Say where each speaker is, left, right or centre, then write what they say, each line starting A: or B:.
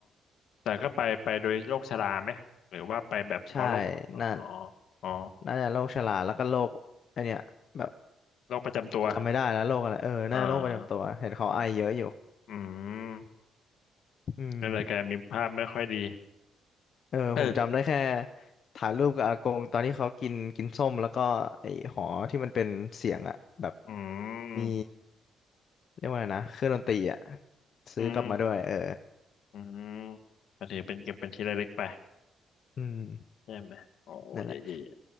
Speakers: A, on the left; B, on the left.
A: แต่ก็ไปไปโดยโรคชราไหม หรือว่าไปแบบเพราะโรคอ๋อ
B: ใช่นั่น
A: อ๋อ
B: น่าจะโรคชราแล้วก็โรคไอเนี้ยแบบ
A: โรคประจำตัว
B: จำไม่ได้แล้วโรคอะไรเออน่าจะโรคประจำตัวเห็นเขาไอเยอะอยู่
A: อ่าอืมอืม
B: อืม
A: ก็เลยกลายมีภาพไม่ค่อยดี
B: เออผมจำได้แค่
A: เออ
B: ถ่ายรูปกับอากงตอนที่เขากินกินส้มแล้วก็ไอ้หอที่มันเป็นเสียงอะแบบ
A: อืม
B: มีเรียกว่าไงนะเครื่องดนตรีอะซื้อกลับมาด้วยเออ
A: อืม อืมก็ถือเป็นเก็บเป็นที่ระลึกไป
B: อืม
A: ใช่ไหมโอ้เยเย่เย
B: นั่นแหละ